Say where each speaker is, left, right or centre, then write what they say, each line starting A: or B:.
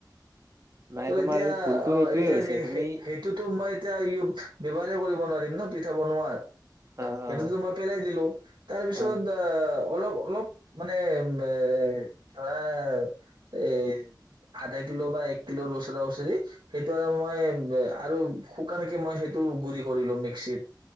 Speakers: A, on the right; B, on the right.
A: নাই
B: ত
A: তোমাৰ
B: এতিয়া,
A: সেই ভুলটো
B: অ'
A: সেইটোয়ে
B: এতিয়া
A: হৈছে
B: সে-সেই-সেইটোতো
A: তুমি
B: মই এয়া <unintelligible> ব্যৱহাৰে কৰিব নোৱাৰিম ন' পিঠা বনোৱাত।
A: অ
B: সেইটোতো মই পেলাই দিলো, তাৰপিছত
A: অ',
B: আ অলপ অলপ মানে মে ধৰা এ আধা কিলো বা এক কিলোৰ ওচৰা ওচৰি, সেইটো আৰু মই আৰু শুকানকে মই সেইটো গুৰি কৰি লউ মিক্সিত।